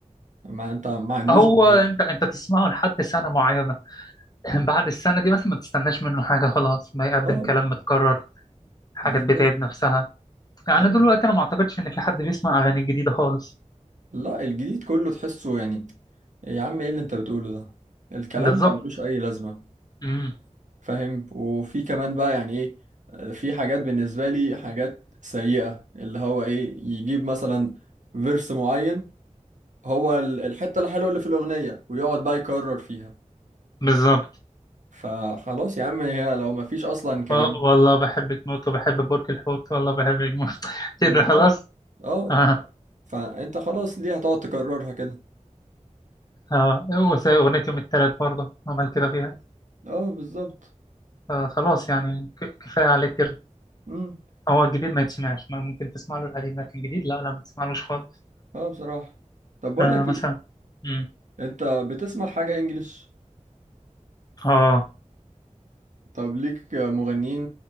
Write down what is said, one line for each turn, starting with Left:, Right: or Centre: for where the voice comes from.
Right: ما انت ما عندوش
Left: هو
Right: جديد
Left: انت انت تسمعه لحد سنه معينه <clears throat> بعد السنه دي مثلا ما تستناش منه حاجه خلاص ما يقدم
Right: اه
Left: كلام متكرر حاجات
Right: بالظبط
Left: بتعيد نفسها يعني
Right: اه
Left: دلوقتي انا ما اعتقدش ان في حد بيسمع اغاني جديده خالص
Right: لا الجديد كله تحسه يعني يا عم ايه اللي انت بتقوله ده الكلام
Left: بالظبط
Right: ما ملوش اي لازمه
Left: امم
Right: فاهم وفي كمان بقى يعني ايه في حاجات بالنسبه لي حاجات سيئه اللي هو ايه يجيب مثلا فيرس معين هو ال- الحته الحلوه اللي في الاغنيه ويقعد بقى يكرر فيها
Left: بالظبط
Right: فخلاص يا عم هي لو ما فيش اصلا كلمات
Left: آه، والله بحبك موت وبحب برج الحوت والله بحبك موت <laughs>
Right: بالظبط
Left: كده خلاص
Right: اه
Left: اه
Right: فانت خلاص ليه هتقعد تكررها كده
Left: اه وس- أغنية يوم التلات برضه عمل كده فيها
Right: اه بالظبط
Left: آه خلاص يعني ك- كفاية عليك كده
Right: امم
Left: هو الجديد ما يتسمعش ما ممكن تسمع له القديم لكن الجديد لا لا ما تسمعلوش خالص
Right: اه بصراحه طب بقول
Left: آه
Right: لك
Left: مثلا
Right: ايه
Left: مم.
Right: انت بتسمع حاجة انجليش
Left: اه
Right: طب ليك مغنيين